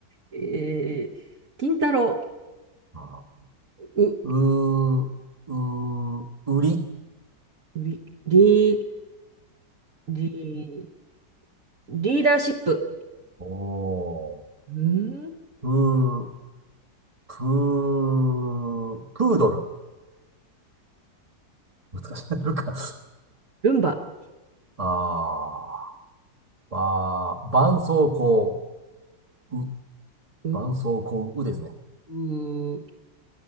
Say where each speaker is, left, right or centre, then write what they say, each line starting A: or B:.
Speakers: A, on the right; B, on the right.
A: えー、金太郎。
B: あ
A: う、
B: ーうー、うー、売り。
A: り、り、り、リーダーシップ。
B: おー。
A: うん
B: うー、プー、プードル。難しいな、なか。
A: ルンバ。
B: あー、ばー、絆創膏、う、
A: うん、
B: 絆創膏、うですね。
A: うーん、う